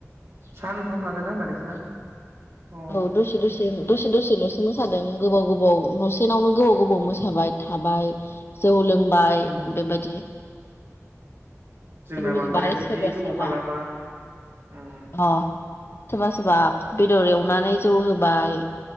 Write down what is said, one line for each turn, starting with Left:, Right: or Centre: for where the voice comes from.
Right: सानथाम लादोंना होमबा नोंसिना अ
Left: औ दसे दसे दसे दसेल'सो मोसादों गोबाव गोबाव न'सेनावनो गोबाव गोबाव मोसाबाय थाबाय। जौ लोंबाय
Right: उम
Left: बेबायदि
Right: जोंना
Left: जौ लोंबाय
Right: बांद्राय बिदि
Left: सोरबा
Right: गोबाव
Left: सोरबा
Right: खालामा उम।
Left: अ सोरबा सोरबा बेदर एवनानै जौ होबाय